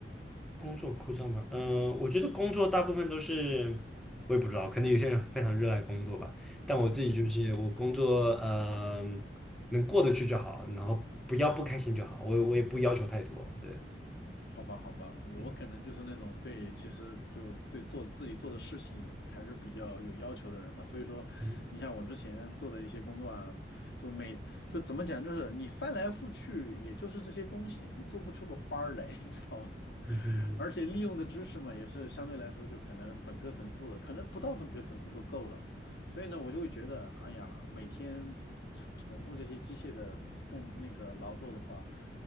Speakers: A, in the centre; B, on the left.
A: 工作枯燥吗？嗯、我觉得工作大部分都是，我也不知道，可能有些人非常热爱工作吧，但我自己就是我工作，呃，能过得去就好，然后不要不开心就好，我我也不要求太多，对，
B: 好吧，好吧，我可能就是那种对，
A: 嗯
B: 其实就对做自己做的事情还是比较有要求的人嘛。所以说，
A: 嗯
B: 你像我之前做的一些工作啊，就每就怎么讲，就是你翻来覆去，也就是这些东西，你做不出个花儿来，<laughs> 你知道吗？
A: 嗯哼
B: 而且利用的知识嘛，也是相对来说就可能本科层次，可能不到本科层次都够了。所以呢，我就会觉得，哎呀，每天重重复这些机械的动那个劳作的话，